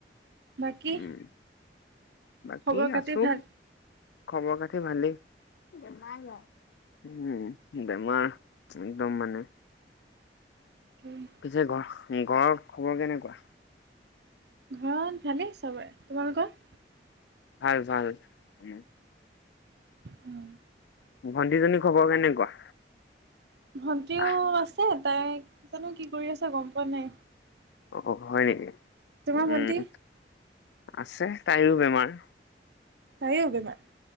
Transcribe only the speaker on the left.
উম বাকী
আছো।
খবৰ-খাতি ভালেই। উম, বেমাৰ একদম মানে
পিছে ঘৰ, ঘৰৰ খবৰ কেনেকুৱা?
ভাল-ভাল। উম'
ভণ্টি জনী খবৰ কেনেকুৱা?
আহ
অ, হয় নেকি,
উম'
আছে তাইয়ো বেমাৰ।